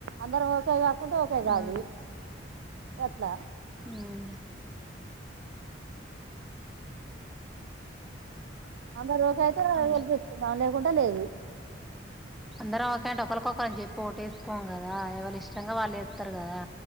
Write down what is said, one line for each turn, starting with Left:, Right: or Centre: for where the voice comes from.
Right: అందరం ఓకే గా కంటే ఒకే కాదు
Centre: ఉమ్
Right: గ ట్లా
Centre: ఉమ్
Right: అందరో అయితే
Centre: అంద
Right: కెల్పిస్తున్నాం లే పోతే కుంటే లేదు
Centre: అందరం ఒకేంటె ఒకరికొ ఒకలం చెప్పి ఓటేసుకోం కదా ఎవలిఇష్టంగా వాళ్ళు వేత్తరు కదా